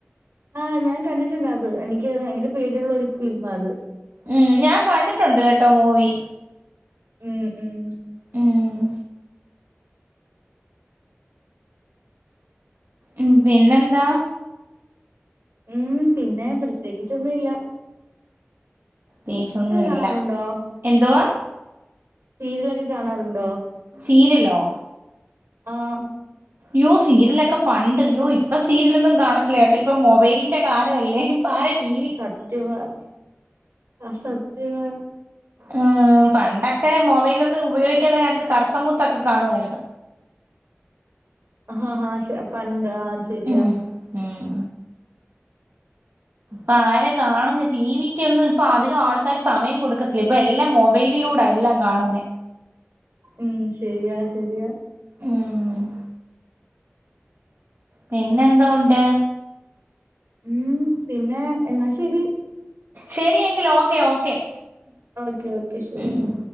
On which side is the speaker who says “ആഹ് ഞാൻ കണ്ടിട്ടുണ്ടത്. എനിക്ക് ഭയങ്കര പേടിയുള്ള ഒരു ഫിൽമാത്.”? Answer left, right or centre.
Right